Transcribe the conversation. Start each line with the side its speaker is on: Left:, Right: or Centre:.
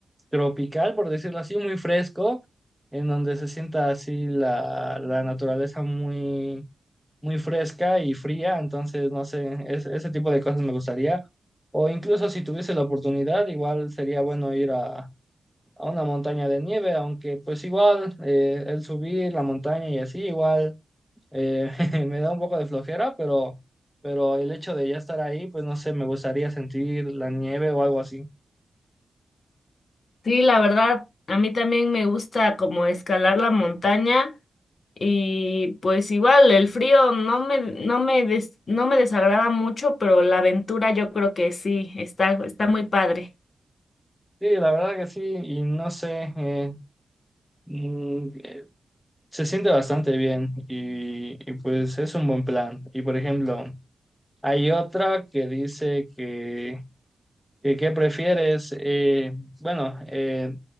Centre: tropical, por decirlo así, muy fresco, en donde se sienta así la, la naturaleza muy, muy fresca y fría, entonces, no sé, es- ese tipo de cosas me gustaría. O incluso si tuviese la oportunidad, igual sería bueno ir a una montaña de nieve, aunque pues igual eh, el subir la montaña y así igual eh, <laughs> me da un poco de flojera, pero, pero el hecho de ya estar ahí, pues no sé, me gustaría sentir la nieve o algo así.
Left: Sí, la verdad, a mí también me gusta como escalar la montaña Y pues igual el frío no me, no me, des- no me desagrada mucho, pero la aventura yo creo que sí, está, está muy padre.
Centre: Sí, la verdad que sí, y no sé, eh, mm, eh, se siente bastante bien y, y pues es un buen plan. Y por ejemplo, hay otra que dice que, que ¿qué prefieres? Eh, bueno, eh,